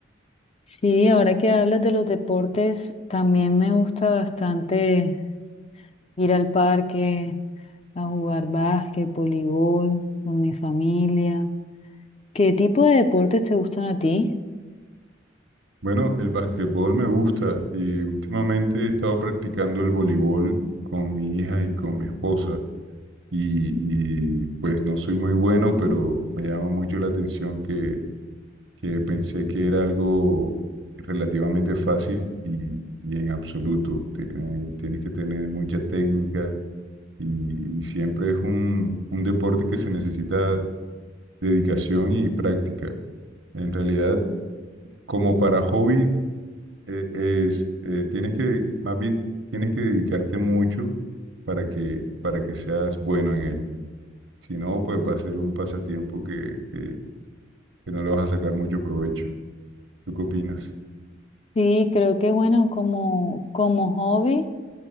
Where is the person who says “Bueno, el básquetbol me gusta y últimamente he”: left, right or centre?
Right